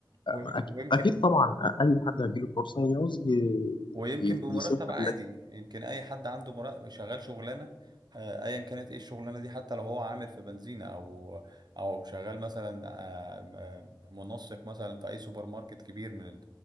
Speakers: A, on the right (about 60°); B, on the left (about 80°).
A: ويمك-
B: أك-
A: ويمكن
B: أكيد طبعا أي حد هيجيله فرصة يعوز ي-
A: ويمكن
B: ي-
A: بمرتب
B: يسافر
A: عادي
B: لك
A: يمكن اي حد عنده مرتب شغال شغلانه آه، ايا كانت ايه الشغلانه دي حتى لو هو عامل في بنزينه او او شغال مثلا آه، م- منسق مثلا في اي سوبر ماركت كبير من ال